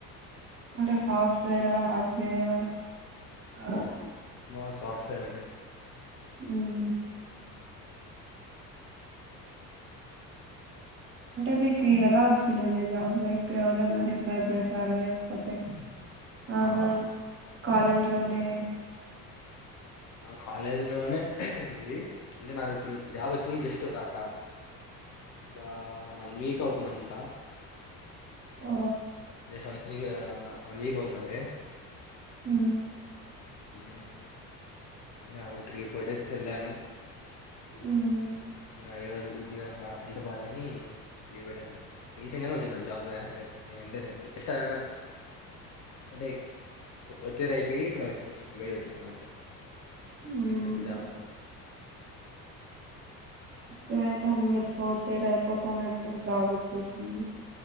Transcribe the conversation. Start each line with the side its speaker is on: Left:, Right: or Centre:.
Right: పాండస్ సాఫ్ట్వేరా హార్డ్వేరా అది
Left: ఆ సాఫ్ట్వేర్ అండి
Right: మ్ అంటే మీకు ఎలా వచ్చిందండి జాబ్ లైక్ ఎవరన్నా రిఫర్ చేసారా లేకపోతే నార్మల్
Left: ఆ,
Right: కాలేజ్ లోనే
Left: ఆ కాలేజీ లోనే ఉంది అంటే నాకు ఇప్పుడు జాబ్ వచ్చింది జస్ట్ ఒక ఆ ఒక వన్ వీక్ అవుతుంది అనుకుంటా
Right: ఓ
Left: just one week one week అవుతుంది అంతే
Right: మ్
Left: మ్ ఇంగా తీ ఫోర్ డేస్ ఎళ్లాను
Right: ఉమ్
Left: ఇంగా ఈ రోజు కొద్దిగా హెల్త్ బాలే నీ లీవ్ పెట్టాను అంతే రీసెంట్ గానే వచ్చింది నాకు జాబ్ అంతే జస్ట్ ఐయామ్ ఏ అంటే ఫోర్త్ ఇయర్ అయిపోయి ఇంకా వచెస్ బయట వచ్చేసం అంతే
Right: ఉమ్
Left: రీసెంట్ గానే జాబ్ వచ్చింది
Right: గ్రేట్ అండి మీరు ఫోర్త్ ఇయర్ అయిపోతానట్టే జాబ్ వచ్చేసింది